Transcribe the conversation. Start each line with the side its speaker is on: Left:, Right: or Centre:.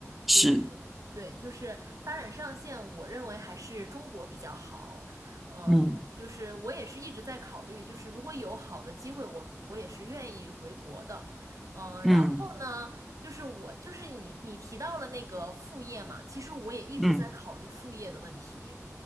Right: 就是
Centre: 是
Right: 对，就是发展上限，我认为还是中国比较好。嗯、
Centre: 嗯
Right: 就是我也是一直在考虑，就是如果有好的机会，我我也是愿意回国的。嗯，
Centre: 嗯。
Right: 然后呢，就是我就是你你提到了那个副业嘛，其实我也一直在考虑副业的问题。
Centre: 嗯